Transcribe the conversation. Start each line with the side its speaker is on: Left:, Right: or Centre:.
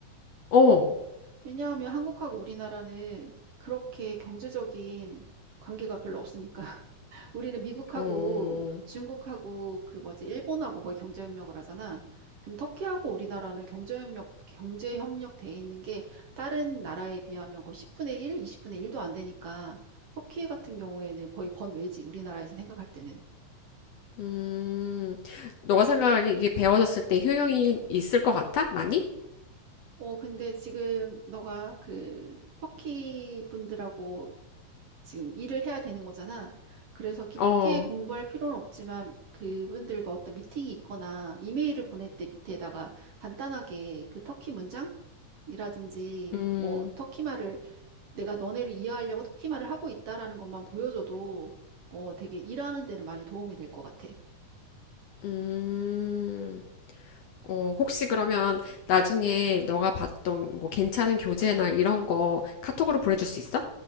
Left: 어,
Right: 왜냐하면 한국하고 우리나라는 그렇게 경제적인 관계가 별로 없으니까. <laughs> 우리는 미국하고
Left: 어.
Right: 중국하고 그 뭐지, 일본하고 거의 경제협력을 하잖아. 그럼 터키하고 우리나라는 경제협력, 경제협력 돼 있는 게 다른 나라에 비하면 거의 10분의 1, 20분의 1도 안 되니까 터키 같은 경우에는 거의 번외지, 우리나라에서 생각할 때는.
Left: 음, 너가 생각하기에 이게 배워졌을 때 효용이 있을 것 같아? 많이?
Right: 어, 근데 지금 너가 그 터키 분들하고 지금 일을 해야 되는 거잖아. 그래서 깊게
Left: 어,
Right: 공부할 필요는 없지만 그분들과 어떤 미팅이 있거나 이메일을 보낼 때 밑에다가 간단하게 그 터키 문장이라든지
Left: 음,
Right: 뭐 터키 말을 내가 너네를 이해하려고 터키 말을 하고 있다라는 것만 보여줘도 어, 되게 일하는 데는 많이 도움이 될 것 같아.
Left: 음, 어, 혹시 그러면 나중에 너가 봤던 뭐 괜찮은 교재나 이런 거 카톡으로 보내줄 수 있어?